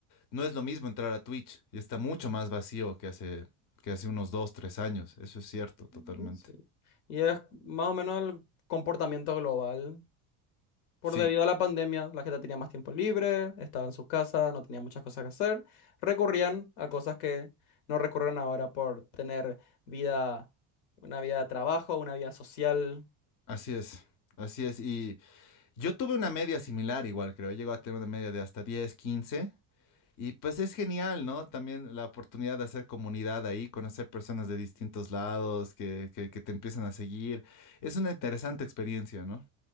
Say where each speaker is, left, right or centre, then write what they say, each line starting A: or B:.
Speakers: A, on the left; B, on the left.
A: no es lo mismo entrar a Twitch y está mucho más vacío que hace, que hace unos dos, tres años. Eso es cierto, totalmente.
B: Mm, Sí. Y es más o menos el comportamiento global. Por
A: Sí,
B: debido a la pandemia, la gente tenía más tiempo libre, estaba en sus casas, no tenía muchas cosas que hacer, recurrían a cosas que no recurren ahora por tener vida, una vida de trabajo, una vida social.
A: así es. Así es. Y yo tuve una media similar igual, creo. Llego a tener una media de hasta 10, 15. Y pues es genial, ¿no? También la oportunidad de hacer comunidad ahí, conocer personas de distintos lados que, que, que te empiezan a seguir. Es una interesante experiencia, ¿no?